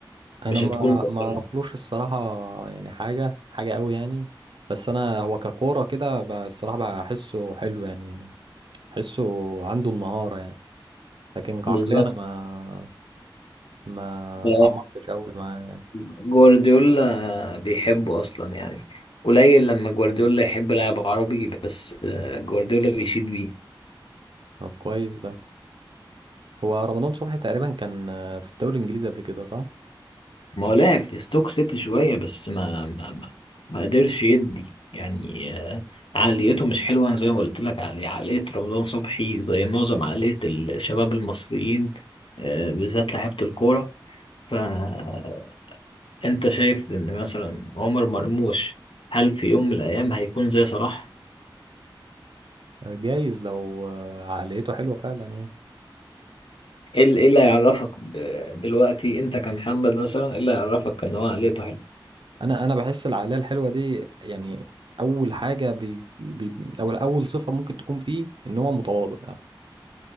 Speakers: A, on the left (about 90°); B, on the right (about 70°).
A: مش
B: انا ما
A: هتكون بتأثرها
B: ما اعرفلوش الصراحه يعني حاجه حاجه قوي يعني بس انا هو ككوره كده ب- الصراحه بحسه حلو يعني بحسه عنده المهاره يعني لكن كعقليه
A: بالظبط
B: انا ما ما
A: ف-
B: اتعمقتش قوي معاه يعني
A: جوارديولا بيحبه اصلا يعني قليل لما جوارديولا يحب لاعب عربي بس آه، جوارديولا بيشيد بيه
B: طب كويس ده هو رمضان صبحي تقريبا كان آه، في الدوري الانجليزي قبل كده صح
A: ما هو لعب في ستوك سيتي شوية بس ما ما ما, ما قدرش يدي يعني آه، عقليته مش حلوة أنا زي ما قلت لك عقلي- عقلية رمضان صبحي زي معظم عقلية الشباب المصريين آه، بالذات لعيبة الكورة فأنت شايف إن مثلا عمر مرموش هل في يوم من الأيام هيكون زي صلاح؟
B: آه، جايز لو آه، عقليته حلوه فعلا يعني
A: إيه ال- إيه اللي هيعرفك ب- دلوقتي أنت كمحمد مثلا إيه اللي هيعرفك إن هو عقليته حلوة؟
B: انا انا بحس العقليه الحلوه دي يعني اول حاجه بي بي او اول صفه ممكن تكون فيه ان هو متواضع